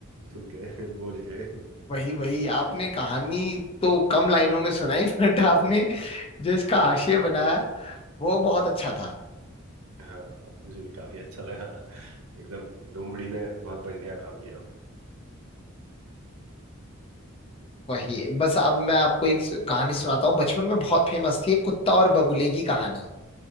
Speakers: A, on the right; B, on the left.
A: सुन के <laughs> बोल के
B: वही वही आपने कहानी तो कम लाइनों में सुनाई <laughs> बट आपने जो इसका आशय बनाया वो बहुत अच्छा था
A: हाँ मुझे भी काफी अच्छा लगा एकदम लोमड़ी ने बहुत बढ़िया काम किया
B: वही बस अब मैं आपको एक कहानी सुनाता हूँ बचपन में बहुत फेमस थी एक कुत्ता और बगुले की कहानी